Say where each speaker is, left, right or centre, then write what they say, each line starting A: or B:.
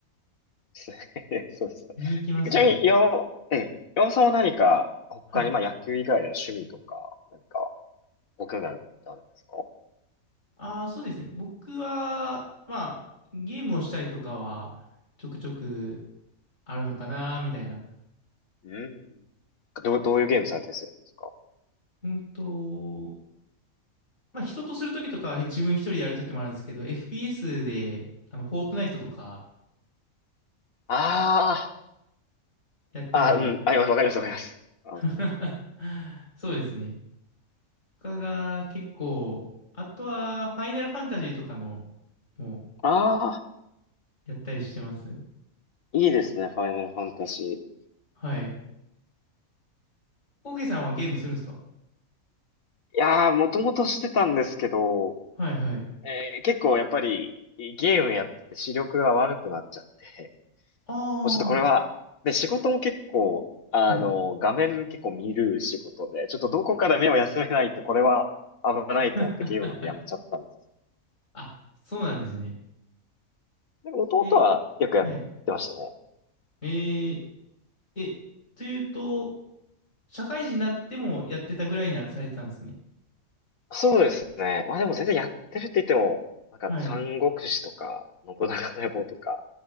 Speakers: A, on the left; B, on the left.
A: <laughs> そうです
B: 見に行きますね。
A: ね。ちなみに、岩尾、ええ、岩尾さんは何か、他に、
B: はい。
A: まあ野球以外での趣味とか、何か、ご興味あることってあるんですか
B: ああ、そうですね。僕は、まあ、ゲームをしたりとかは、ちょくちょくあるのかな、みたいな。
A: うん。どう、どういうゲームされたりするんですか
B: うんと、まあ、人とするときとかは自分一人でやるときもあるんですけど、FPS で、あの、フォートナイトとか
A: あ
B: やったり、
A: あ、あ、うん、あ、わかります、わかります。アウトナイト。
B: <laughs> そうですね。他が結構、あとは、ファイナルファンタジーとかの、も
A: ああ、
B: う、やったりしてますね。
A: いいですね、ファイナルファンタジ
B: はい。オーケーさんはゲームするんですか
A: ー。いやー、もともとしてたんですけど、
B: はいはい。
A: えー結構やっぱりゲームやってて視力が悪くなっちゃって、
B: あ
A: もうちょっとこれは、
B: あ、
A: で、仕事も結構、あの、
B: はい。
A: 画面結構見る仕事で、ちょっとどこから目を休めないとこれは危ないと思ってゲームの方やめちゃったんです。
B: <laughs> あ、そうなんですね。
A: でも弟はよくやってましたね。
B: え、はい。えー、え、というと、社会人になってもやってたぐらいにはされてたんですね。
A: そうですね。まあでも全然やってるって言っても、なんか三国志とか、
B: はい。
A: 信長の野望とか、